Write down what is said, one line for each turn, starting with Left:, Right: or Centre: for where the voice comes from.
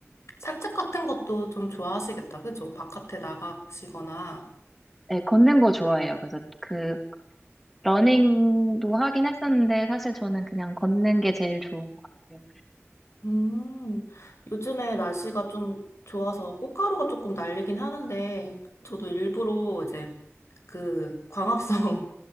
Left: 산책 같은 것도 좀 좋아하시겠다. 그죠? 바깥에 나가시거나.
Centre: 네, 걷는 거 좋아해요. 그래서 그 러닝도 하긴 했었는데 사실 저는 그냥 걷는 게 제일 좋은 것 같아요.
Left: 음, 요즘에 날씨가 좀 좋아서 꽃가루가 조금 날리긴 하는데 저도 일부러 이제 그 광합성을